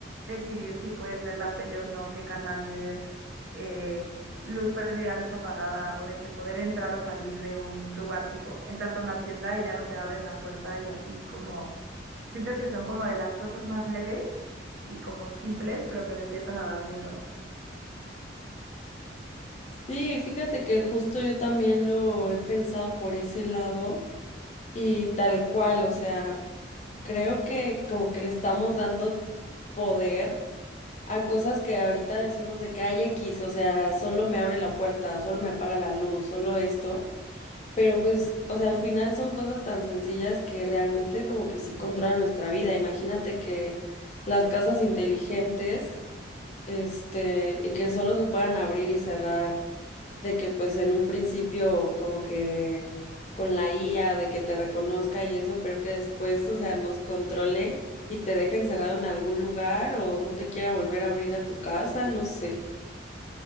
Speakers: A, on the right; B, on the left.
A: decidir si puedes ver la tele o no, qué canal ver, eh, luz prendida, luz apagada, o de que poder entrar o salir de un lugar, tipo, entras a una tienda y ya no te abren la puerta y así como, siento que son como de las cosas más leves y como simples, pero que me empiezan a dar miedo.
B: Sí, fíjate que justo yo también lo he pensado por ese lado y tal cual, o sea. Creo que como que le estamos dando poder a cosas que ahorita decimos de que hay X, o sea, solo me abre la puerta, solo me apaga la luz, solo esto, pero pues, o sea, al final son cosas tan sencillas que realmente como que sí controlan nuestra vida. Imagínate que las casas inteligentes, este, y que solo se puedan abrir y cerrar de que pues en un principio como que con la IA, de que te reconozca y eso, pero que después, o sea, nos controle y te deje encerrado en algún lugar o no te quiera volver a abrir a tu casa, no sé.